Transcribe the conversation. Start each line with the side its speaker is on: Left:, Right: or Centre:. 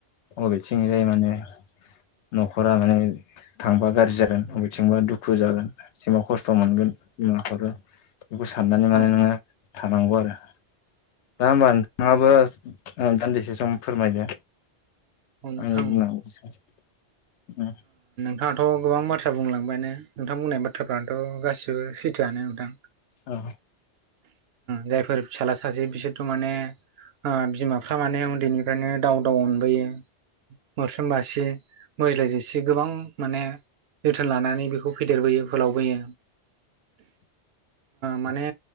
Left: बबेथिंजाय माने न'खरा माने थांबा गाज्रि जागोन बबेथिंबा दुखु जागोन एबा खस्थ' मोनगोन बिमाफ्राबो बेखौ साननानै माने
Right: औ
Left: नोङो थानांगौ आरो दा होमबा नोंथाङाबो दान्दिसे सम फोरमायदो
Right: नोंथां
Left: आंनि
Right: ओ
Left: बुंनागौआ एसेयावनो
Right: नोंथाङाथ' गोबां बाथ्रा बुंलांबायानो नोंथां बुंनाय बाथ्राफ्रानोथ' गासिबो सैथोआनो नोंथां
Left: औ
Right: जायफोर फिसाला सासे बिसोरथ' माने बिमाफ्रा माने उन्दैनिफ्रायनो दाउ दाउ अनबोयो मोस्रोम बासि मोज्लाय जोसि गोबां माने जोथोन लानानै बेखौ फेदेरबोयो फोलावबोयो माने